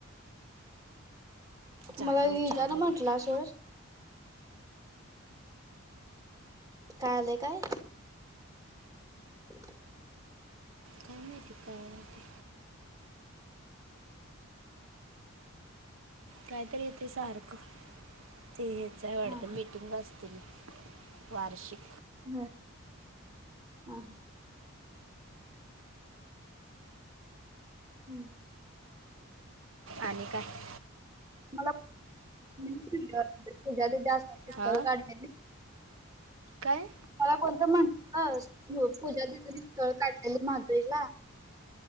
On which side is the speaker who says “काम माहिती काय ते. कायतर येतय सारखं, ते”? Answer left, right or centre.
Right